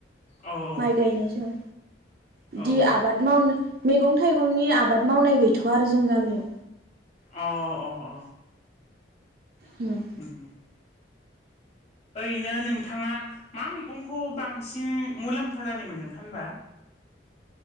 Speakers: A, on the left; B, on the right.
A: औ औ
B: माइ गायनायसो
A: औ
B: दि आबाद
A: औ
B: मावनो मैगं थाइगंनि आबाद मावनाय गैथ'आ आरो जों गामियाव
A: अ अ अ
B: उम
A: <inaudible> ओरैनो नोंथाङा मा मैगंखौ बांसिन मुलाम्फा जानाय मोनो फानबा